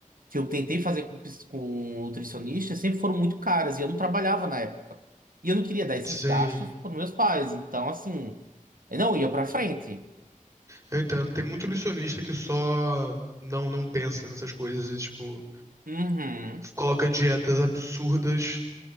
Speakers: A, on the right; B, on the right.
A: que eu tentei fazer com, ps- com nutricionista sempre foram muito caras e eu não trabalhava na época. E eu não queria dar esses
B: Sim.
A: gastos para meus pais. Então, assim, eu não ia para frente.
B: Eu entendo. Tem muito nutricionista que só não não pensa nessas coisas, e, tipo,
A: Uhum.
B: coloca dietas absurdas